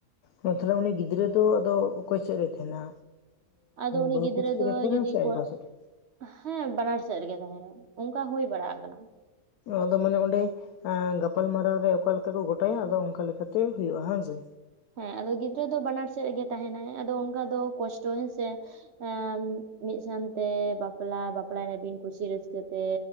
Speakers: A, on the left; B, on the right.
A: ᱛᱟᱦᱚᱞᱮ ᱩᱱᱤ ᱜᱤᱫᱽᱨᱟᱹ ᱫᱚ ᱟᱫᱚ ᱚᱠᱚᱭ ᱥᱮᱫ ᱨᱮᱭ ᱛᱟᱦᱮᱱᱟ᱾
B: ᱟᱫᱚ ᱩᱱᱤ
A: ᱵᱟᱹᱦᱩ
B: ᱜᱤᱫᱽᱨᱟᱹ
A: ᱠᱩᱲᱤ ᱥᱮᱜ
B: ᱫᱚ
A: ᱨᱮ ᱛᱟᱦᱮᱱᱟ
B: ᱡᱩᱫᱤ
A: ᱥᱮ ᱟᱡ
B: ᱠᱚ
A: ᱵᱟ ᱥᱮᱜ ᱨᱮ
B: ᱦᱮᱸ ᱵᱟᱱᱟᱨ ᱥᱮᱫ ᱨᱮᱜᱮ ᱛᱟᱦᱮᱱᱟ ᱚᱱᱠᱟ ᱦᱩᱭ ᱵᱟᱲᱟ ᱠᱟᱱᱟ
A: ᱟᱫᱚ ᱢᱟᱱᱮ ᱚᱸᱰᱮ ᱜᱟᱯᱟᱞᱢᱟᱨᱟᱣ ᱨᱮ ᱚᱠᱟ ᱞᱮᱠᱟ ᱠᱚ ᱜᱚᱴᱟᱭᱟ ᱟᱫᱚ ᱚᱱᱠᱟ ᱞᱮᱠᱟᱛᱮ ᱦᱩᱭᱩᱜᱼᱟ ᱦᱮᱸ ᱥᱮ
B: ᱦᱮᱸ ᱟᱫᱚ ᱜᱤᱫᱽᱨᱟᱹ ᱫᱚ ᱵᱟᱱᱟᱨ ᱥᱮᱫ ᱨᱮᱜᱮ ᱛᱟᱦᱮᱱᱟᱭ ᱟᱫᱚ ᱚᱱᱠᱟ ᱫᱚ ᱠᱚᱥᱴᱚ ᱦᱮᱸᱥᱮ ᱮᱸ ᱢᱤᱫ ᱥᱟᱶᱛᱮ ᱵᱟᱯᱞᱟ ᱵᱟᱯᱞᱟᱭᱮᱱᱟᱵᱤᱱ ᱠᱩᱥᱤ ᱨᱟᱹᱥᱠᱟᱹᱛᱮ